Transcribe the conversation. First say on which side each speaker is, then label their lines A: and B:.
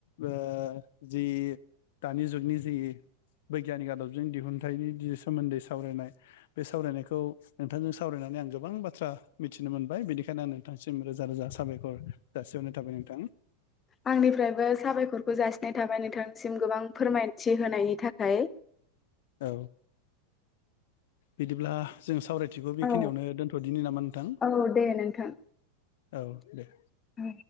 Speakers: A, on the left (about 70°); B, on the left (about 25°).
A: ओ जि दानि जुगनि जि बैग्यानिक आदबजों दिहुनथाइनि जि सोमोन्दै सावरायनाय बे सावरायनायखौ नोंथांजों सावरायनानै माने आं गोबां बाथ्रा मिथिनो मोनबाय बेनिखायनो आं ोनोंथांसिम रोजा रोजा साबायखर जासिहरनाय थाबाय नोंथां
B: आंनिफ्रायबो साबायखरखौ जासिनाय थाबाय नोंथांनिसिम गोबां फोरमायथि होनायनि थाखाय
A: औ बिदिब्ला जों सावराय थिखौ बेखिनियावनो
B: औ
A: दोनथ'दिनि नामा नोंथां
B: औ दे नोंथां
A: औ दे
B: औ